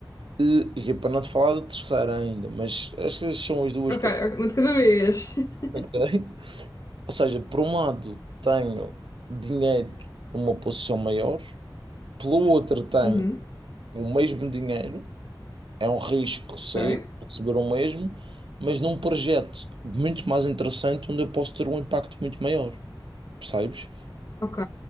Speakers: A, on the right; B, on the left.
A: eh, e é para não te falar da terceira ainda, mas estas são as duas
B: Ok,
A: que
B: ok,
A: eu estou
B: uma de cada vez. <laughs>
A: ok? <laughs> Ou seja, por um lado tenho dinheiro numa posição maior, pelo outro tenho
B: Uhum,
A: o mesmo dinheiro, é um risco sair
B: ok,
A: e receber o mesmo, mas num projeto muito mais interessante onde eu posso ter um impacto muito maior, percebes?
B: ok.